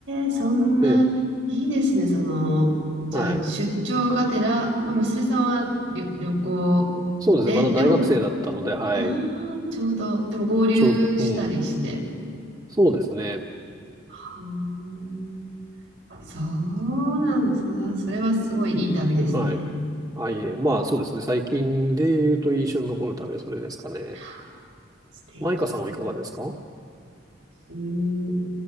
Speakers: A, on the right; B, on the right.
A: ー、そんな、
B: で、
A: いいですね。その、じゃあ出張がてら、
B: はい。
A: まあ、娘さんは旅、旅行で、
B: そうですね。まだ大学生だったので、
A: でも、
B: はい。
A: ああちょうど、でも合流したりして。
B: ちょ、うん。そうですね。
A: はーそうなんです。そそれはすごいいい旅ですね。
B: はい。あ、いえ、まあそうですね。最近で言うと印象に残る旅はそれですかね。
A: はあ素敵。
B: マイカさんはいかがですか
A: えー